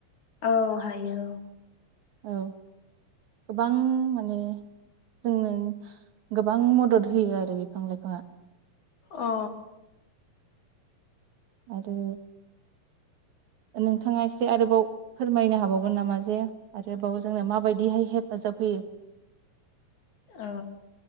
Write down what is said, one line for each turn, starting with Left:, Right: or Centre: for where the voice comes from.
Left: औ हायो औ
Right: औ गोबां माने जोंनो गोबां मदद होयो आरो बिफां लाइफाङा
Left: अ
Right: आरो नोंथाङा एसे आरोबाव फोरमायनो हाबावगोन नामा जे आरोबाव जोंनो माबायदिहाय हेफाजाब होयो
Left: ओ